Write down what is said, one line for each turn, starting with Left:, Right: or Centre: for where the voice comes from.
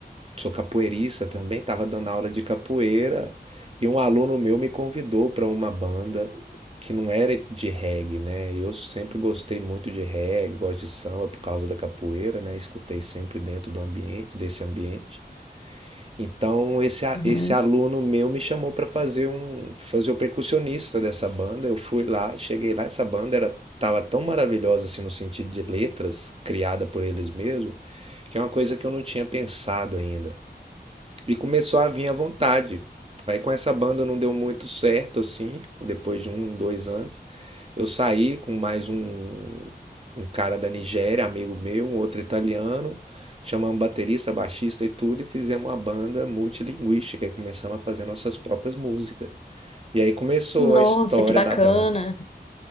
Right: sou capoeirista também, estava dando aula de capoeira e um aluno meu me convidou para uma banda que não era de reggae, né? Eu sempre gostei muito de reggae, gosto de samba por causa da capoeira, né? Escutei sempre dentro do ambiente, desse ambiente. Então esse a-
Left: Uhum.
Right: esse aluno meu me chamou para fazer um fazer o percussionista dessa banda. Eu fui lá, cheguei lá, essa banda era tava tão maravilhosa assim no sentido de letras, criada por eles mesmos, que é uma coisa que eu não tinha pensado ainda. E começou a vir à vontade. Aí com essa banda não deu muito certo, assim, depois de um, dois anos. Eu saí com mais um, um cara da Nigéria, amigo meu, um outro italiano. Chamamos baterista, baixista e tudo, e fizemos uma banda multilinguística e começamos a fazer nossas próprias músicas. E aí começou
Left: Nossa,
Right: a história
Left: que bacana.
Right: da banda.